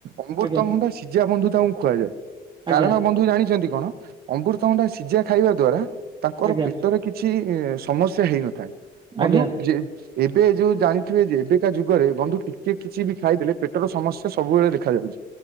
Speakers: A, on the right; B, on the right.
A: ଅମୃତ
B: ଆଜ୍ଞା
A: ଭଣ୍ଡା ସିଜା ବନ୍ଧୁ ଙ୍କୁ ଖୁଆଯାଏ
B: ଆଜ୍ଞା
A: କାରଣ ବନ୍ଧୁ ଜାଣିଛନ୍ତି କଣ ଅମୃତଭଣ୍ଡା ସିଝା ଖାଇବା ଦ୍ଵାରା ତାଙ୍କର
B: ଆଜ୍ଞା
A: ପେଟରେ କିଛି ସମସ୍ୟା ହେଇନଥାଏ ବନ୍ଧୁ
B: ଆଜ୍ଞା
A: ଯେ ଏବେ ଯୋଉ ଜାଣିଥିବେ ଯେ ଏବେକା ଯୁଗରେ ବନ୍ଧୁ ଟିକେ କିଛି ବି ଖାଇଦେଲେ ପେଟର ସମସ୍ୟା ସବୁବେଳେ ଦେଖାଯା ଯାଉଛି